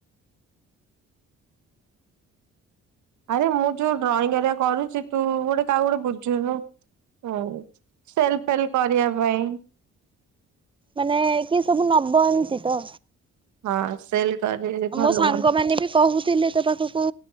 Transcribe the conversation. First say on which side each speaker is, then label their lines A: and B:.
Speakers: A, on the right; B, on the right.
A: ଆରେ ମୁଁ ଯୋଉ ଡ୍ରଇଂ ହେରିକା କରୁଛି ତୁ ଗୋଟେ କାହାକୁ ଗୋଟେ ବୁଝୁନୁ ହଉ ବୁଝିବି, ସେଲ୍ ଫେଲ୍ କରିବା ପାଇଁ।
B: ମାନେ କିଏ ସବୁ ନବ ଏମିତି ତ?
A: ହଁ ସେଲ କରି ଭଲ
B: ମୋ ସାଙ୍ଗମାନେ
A: ହୁଅନ୍ତା।
B: ବି କହୁଥିଲେ ତୋ ପାଖକୁ